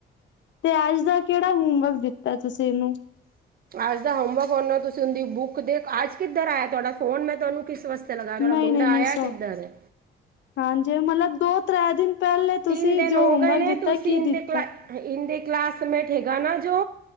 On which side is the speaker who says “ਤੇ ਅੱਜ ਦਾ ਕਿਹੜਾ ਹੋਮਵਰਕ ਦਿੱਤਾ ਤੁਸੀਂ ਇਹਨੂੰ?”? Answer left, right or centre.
Left